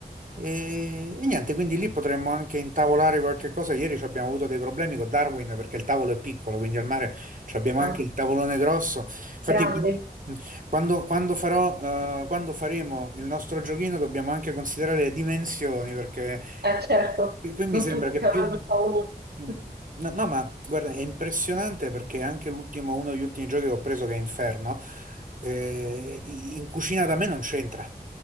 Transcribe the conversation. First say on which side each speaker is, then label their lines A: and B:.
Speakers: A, on the right (about 55°); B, on the right (about 85°).
A: E, e niente, quindi lì potremmo anche intavolare qualche cosa. Ieri ci abbiamo avuto dei problemi con Darwin perché il tavolo è piccolo, quindi al mare ci abbiamo
B: Ah,
A: anche il tavolone grosso. Infatti,
B: grande,
A: quando, quando farò, eh, quando faremo il nostro giochino dobbiamo anche considerare le dimensioni perché
B: eh,
A: qui,
B: certo,
A: qui mi
B: non
A: sembra
B: tutti
A: che
B: ci avranno
A: più...
B: il paolo.
A: No,
B: <laughs>
A: no, ma guarda, è impressionante perché anche l'ultimo, uno degli ultimi giochi che ho preso che è Inferno. Eh, in cucina da me non c'entra.